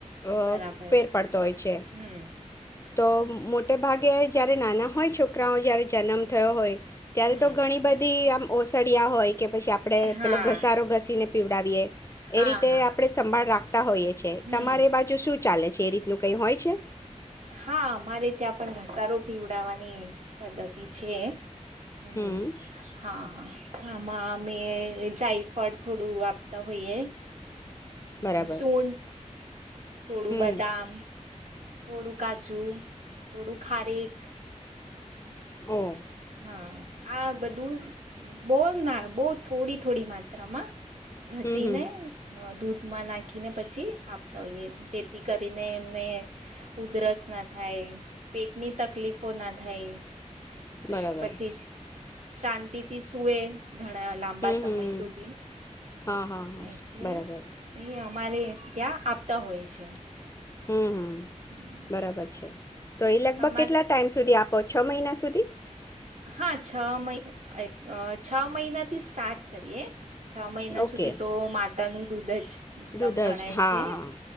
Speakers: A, on the left; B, on the right.
A: અહ
B: બરાબર
A: ફેર
B: છે
A: પડતો હોય છે.
B: હમ
A: તો મોટે ભાગે જ્યારે નાના હોય છોકરાઓ જ્યારે જન્મ થયો હોય ત્યારે
B: હમ
A: તો ઘણી બધી આમ ઓસડિયા હોય કે પછી આપડે
B: હા
A: પેલો ઘસારો ઘસીને પીવડાવીએ
B: હા
A: એ રીતે
B: હા
A: આપણે સંભાળ રાખ તા હોઈએ છે.
B: હમ
A: તમારે બાજુ શું ચાલે છે એ રીતનું કંઈ હોય છે.
B: હા, અમારે ત્યાં પણ ઘસારો પીવડાવવાની પદ્ધતિ છે. હમ્મ,
A: હમ
B: હા, હા. હામાં અમે જાયફળ થોડું આપતા હોઈએ. હમ્મ,
A: બરાબર
B: સુંઠ થોડું
A: હમ
B: બદામ થોડું કાજુ, થોડું ખારેક
A: <inaudible>
B: હા, આ બધું બહ ના બહ થોડી થોડી માત્રામાં ઘસી
A: હમ હમ
B: ને હ દૂધ માં નાખીને પછી આપતા હોઈએ જેથી કરીને એમને ઉધરસ ના થાય, પેટની તકલીફો ના થાય
A: બરાબર
B: <inaudible> પછી શાંતિથી સુએ ઘણા લાંબા
A: હમ
B: સમય
A: હમ
B: સુધી
A: હા હા હા
B: એટલે
A: બરાબર
B: એ અરે ત્યાં આપતા હોય છે.
A: હમ્મ-હમ્મ.
B: હમ,
A: બરાબર છે. તો એ લગભગ
B: તમારે
A: કેટલા ટાઈમ સુધી આપો? છ મહિના સુધી
B: હા, છ મહિ અર અ છ મહિના થી સ્ટાર્ટ કરીએ. છ મહિના
A: ઓકે
B: સુધી તો મા તાનું દૂધ જ એકદમ
A: દૂધ
B: ગણાય
A: જ હા
B: છે
A: હા